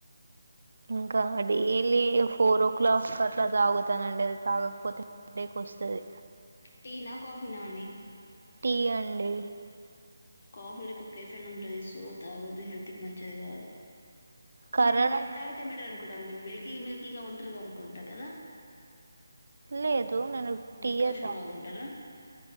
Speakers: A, on the right; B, on the left.
A: ఇంక్ తాడి ఎల్లి ఫోర్ ఓ క్లాక్ ఆ తా తాగుతానండి తాగకపోతే హెడేక్ వస్తది
B: టీనా కాఫీ నా అండి
A: టీ అండి
B: కాఫీ లకు కెఫెన్ ఉంటది సో తాగుతే హెల్త్ కి మంచిది కాదు
A: కరోనా
B: మెరు మెట్ తాగతే బెట్టర్ మిల్కి మిల్కిగా ఉంటారుగా అనుకుంటా కదా
A: లేదు నేను టీ
B: డికాషన్
A: యే తాగు
B: లాగా ఉంటారా